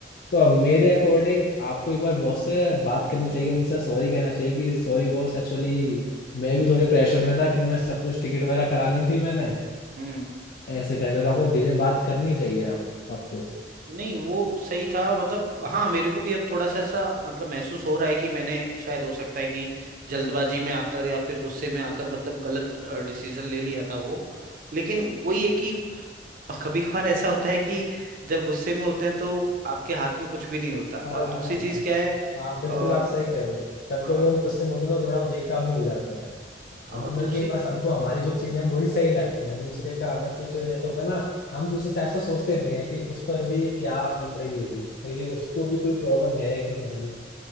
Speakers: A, on the left (about 55°); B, on the right (about 50°).
A: तो अब मेरे अकॉर्डिंग आपको एक बार बॉस से बात करनी चाहिए उनसे सॉरी कहना चाहिए कि सॉरी बॉस एक्चुअली मैं भी थोड़े प्रेशर में था क्योंकि मैं सब कुछ टिकट वगैरह करा ली थी मैंने
B: हम्म
A: ऐसे करके तो आपको धीरे बात करनी चाहिए आप आपको
B: नहीं वो सही था मतलब हाँ मेरे को भी अब थोड़ा सा ऐसा मतलब महसूस हो रहा है कि मैंने शायद हो सकता है कि जल्दबाजी में आकर या फिर गुस्से में आकर मतलब गलत डिसीजन ले लिया था वो लेकिन वही है कि <laughs> कभी कभार ऐसा होता है कि जब गुस्से में होते हैं तो आपके हाथ में कुछ भी नहीं होता और
A: हाँ
B: दूसरी
A: हाँ हाँ
B: चीज
A: हाँ
B: क्या है
A: हाँ बिल्कुल
B: आ,
A: आप सही कह रहे हो कभी
B: हाँ
A: कभी हम गुस्से में होते हैं तो थोड़ा बेकाबू हो जाते हैं
B: हाँ
A: हमको
B: और
A: मिलके
B: दूसरी
A: बस हमको हमारी जो चीज़ है वही सही लगती है दूसरे का हमें कुछ ऐसा होता है ना हम दूसरे साइड से सोचते नहीं है कि उस पर भी क्या बीत रही होगी और ये उसको भी कोई प्रॉब्लम है कि नहीं